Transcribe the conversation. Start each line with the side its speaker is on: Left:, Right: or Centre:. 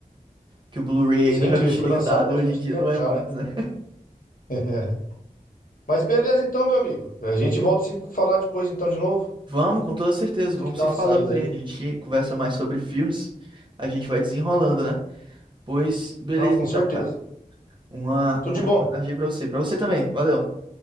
Right: que o Blu-ray
Left: Sim,
Right: ainda era
Left: que ele
Right: utilizado,
Left: foi lançado há bastante
Right: hoje em dia
Left: tempo
Right: não é
Left: já,
Right: mais,
Left: né?
Right: né?
Left: <laughs> Mas beleza então, meu amigo. A gente volta a se falar depois então de novo.
Right: Vamos, com toda certeza, vamos
Left: Tem que dar
Right: se
Left: uma
Right: falando
Left: saída
Right: aí.
Left: aí.
Right: A gente conversa mais sobre filmes, a gente vai desenrolando, né? Pois, beleza
Left: Não, com
Right: então,
Left: certeza.
Right: cara. Uma,
Left: Tudo
Right: uma
Left: de bom.
Right: ótima tarde aí pra você. Pra você também, valeu.